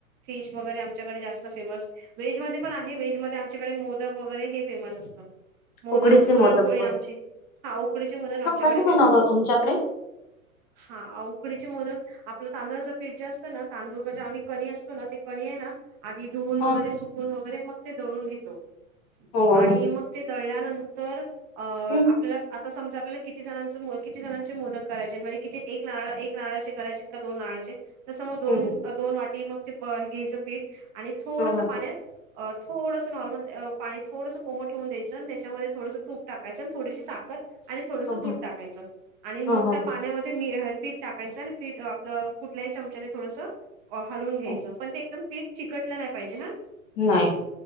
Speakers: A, on the right; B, on the left.
A: फिश वगैरे आमच्याकडे जास्त फेमस- व्हेजमध्ये पण आहे, व्हेजमध्ये आमच्याकडे मोदक वगैरे हे फेमस असतं. मोदक,
B: उकडीचे
A: पुरणपोळी
B: मोदक व
A: आमची हा, उकडीचे मोदक आमच्याकडे
B: कसे
A: फेमस-
B: बनवता तुमच्याकडे?
A: हा, उकडीचे मोदक आपलं तांदूळाचं पीठ जे असतं ना, तांदूळ- म्हणजे आम्ही कणी असतो ना, ते कणी आहे ना, आधी धुवून
B: हं.
A: वगैरे, सुकून वगैरे मग ते दळून घेतो-
B: हो हो
A: आणि
B: हो
A: मग ते दळल्यानंतर अ आपल्याला
B: हम्म
A: आता समजा आपल्याला- किती जणांचे, किती जणांचे मोदक करायचे, म्हणजे किती एक नारळ, एक नारळाचे करायचे का दोन नारळाचे- तसं मग दोन,
B: हम्म
A: दोन वाटी मग ते घ्यायचं पीठ आणि थोडस
B: हम्म हम्म
A: पाण्यात- अ थोडसं नॉर्मल ते पाणि थोडंस कोमट ठेवून द्यायचं आणि - त्याच्यामध्ये थोडसं तूप टाकायचं आणि थोडीशी साखर आणि थोडसं
B: हम्म
A: दूध टाकायचं. आणि मग
B: हम्म हम्म
A: त्या पाण्यामध्ये मी पीठ टाकायचं आणि पीठ आपलं कुठल्याही चमचाने थोडस- हलवून घ्यायचं,
B: हम्म.
A: पण ते एकदम पीट चिकटलं नाही पाहिजे हा.
B: नाही